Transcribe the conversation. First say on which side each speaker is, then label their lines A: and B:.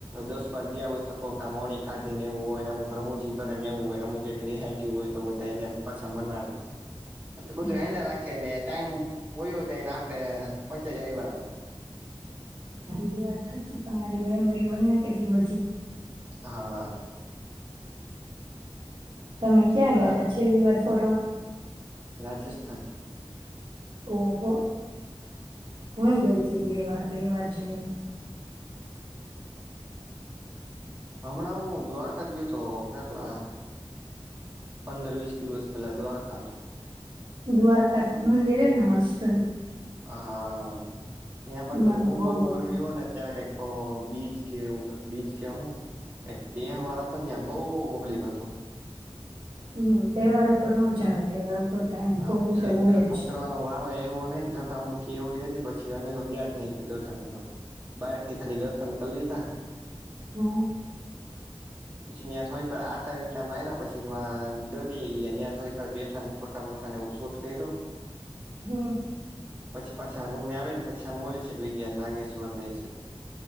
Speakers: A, on the right; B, on the right.
A: દસ બાર ગયા હોય તોઈક મોણી કાઢીનેવું હોયને અમુક રમુજી કરે ને એવું હોય અમુક રિહાય ગયું હોય તો બધા એને પાછા મનાવે એટલે બધું
B: હા
A: હેલા રાખીએ ને ટાઈમ હોયો જાયને આપડે <unintelligible>
B: એ વાત સાચી તમારી મેમરી બને કેટલી બધી
A: હા.
B: તમે ક્યાં
A: ઘણા
B: ગયા તા છેલ્લી વાર ફરવા
A: રાજસ્થાન
B: ઓહ હુંય ગઈ તી બે વાર બે વાર જોયેલી
A: હમણાં હું દ્વારકા જ ગયો હતો કેટલા પંદર વીસ દિવસ પેલા દ્વારકા
B: દ્વારકા તો મંદિર ને મસ્ત
A: હા યા પણ
B: મને
A: હું
B: બો
A: બરોબર
B: ગમે
A: ગયો ને ત્યારે કઈક બીજ કે બીજ કે હું એક તેવાર તો ને બહુ પલબ્લિક હતું.
B: હમ તહેવાર ઉપર ન જવાય તહેવાર ઉપર કાયમ
A: હા
B: પબ્લિક
A: પછી એક
B: હોય
A: દિવસ <unintelligible>
B: જ
A: વાર એવું નઈને જતા મૂકી એવડી હતી પછી અમે તો ગયા જ નય દર્શન કરવા બહાર થી ખાલી દર્શન કર લીધા
B: હમ્મ
A: પછી ત્યાં થોડીક વાર આટા વિટા માર્યા પછી એ દરીયે ગયાં થોડીક વાર બેઠા ફોટા બોટા ને એવું શૂટ કર્યું.
B: હમ્મ.
A: પછી પાછા રૂમે આવી ને પછી આમ ઓલી સાઇડ વય ગયા નાગેશ્વર ને એ સાઇડ